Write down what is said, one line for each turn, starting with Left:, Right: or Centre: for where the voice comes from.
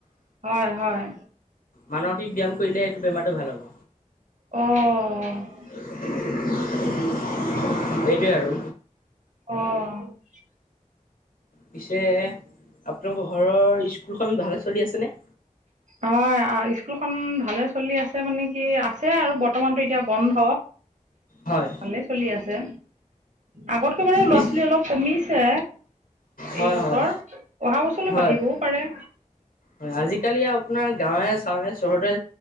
Right: হয়-হয়।
Left: মানসিক ব্যায়াম কৰিলে এইটো বেমাৰটো ভাল হ'ব।
Right: অ',
Left: <unintelligible> এইটোৱে আৰু।
Right: অ',
Left: পিছে আপোনালোকৰ ঘৰৰ স্কুলখন ভালে চলি আছেনে?
Right: হয়, অহ স্কুলখন ভালে চলি আছে মানে কি আছে আৰু বৰ্তমানটো এতিয়া বন্ধ।
Left: হয়।
Right: ভালে চলি আছে আগতকে বাৰু এই লৰা-
Left: ইচ
Right: ছোৱালী অলপ কমিছে।
Left: হয়
Right: এইবছৰ
Left: হয়
Right: অহা বছৰলৈ
Left: হয়
Right: বাঢ়িবও পাৰে।
Left: হয় আজিকালি আপোনাৰ গাঁৱে -চাওঁৱে চহৰতে